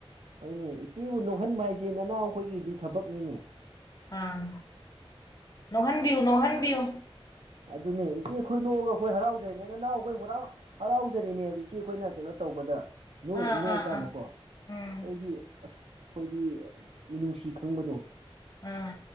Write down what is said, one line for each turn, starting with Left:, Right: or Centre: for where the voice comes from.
Right: ꯍꯣꯏꯅꯦ ꯏꯆꯦꯕꯨ ꯅꯣꯛꯍꯟꯕ ꯍꯥꯏꯁꯦ ꯅꯅꯥꯎ ꯑꯩꯈꯣꯏꯒꯤꯗꯤ ꯊꯕꯛꯅꯤꯅꯦ
Left: ꯑꯥ ꯅꯣꯛꯍꯟꯕꯤꯌꯨ ꯅꯣꯛꯍꯟꯕꯤꯌꯨ
Right: ꯑꯗꯨꯅꯦ ꯏꯆꯦ ꯈꯣꯏ ꯅꯣꯛꯑꯒ ꯑꯩꯈꯣꯏ ꯍꯔꯥꯎꯖꯩꯅꯦ ꯅꯅꯥꯎ ꯑꯩꯈꯣꯏ ꯍꯨꯔꯥꯎ ꯍꯔꯥꯎꯖꯔꯤꯅꯦ ꯏꯆꯦ ꯑꯩꯈꯣꯏꯅ ꯀꯩꯅꯣ ꯇꯧꯕꯗ ꯅꯣꯏ
Left: ꯑꯥ
Right: ꯅꯣꯛꯑꯀꯥꯟꯗꯀꯣ
Left: ꯑꯥ ꯑꯥ ꯎꯝ
Right: ꯑꯩꯈꯣꯏꯗꯤ ꯑꯁ ꯑꯩꯈꯣꯏꯗꯤ ꯃꯤꯅꯨꯡꯁꯤ ꯈꯪꯕꯗꯣ
Left: ꯎꯝ